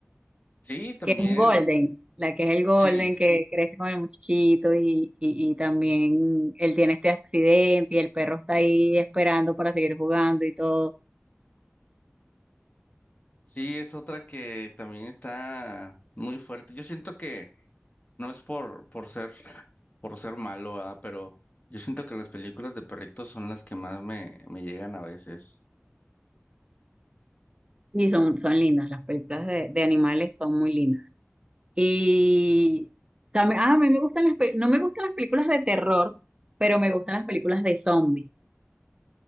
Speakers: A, on the left; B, on the right.
A: sí, también,
B: Que es un golden, la que es el golden
A: sí,
B: que crece con el muchachito y, y, y también él tiene este accidente y el perro está ahí esperando para seguir jugando y todo.
A: sí, es otra que también está muy fuerte. Yo siento que no es por, por ser, <laughs> por ser malo, ¿verdad? Pero yo siento que las películas de perritos son las que más me, me llegan a veces.
B: Y son, son lindas, las películas de, de animales son muy lindas. Y también, ah, a mí me gustan las, pe- no me gustan las películas de terror, pero me gustan las películas de zombies.